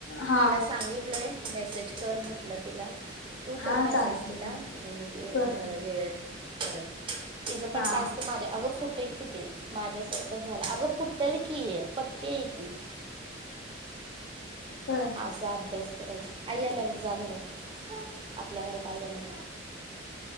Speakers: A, on the left; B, on the right.
A: हा
B: तिला सांगित टलं मेसेज कर म्हटलंत. तिला तू
A: हा
B: कर मेसेज
A: चालतंय
B: तिला
A: की
B: म्हणजे ती
A: करते
B: वेळेत करल. तिचं पण
A: हा
B: टास्क माझ्या अगं फुटेल कि ते माझ्यासारखं झालं अगं फुटंल. की आहे <unintelligible>
A: <inaudible>
B: असा अभ्यास करायची आईयाला ब जा घरात आपल्या घरात आईयाला.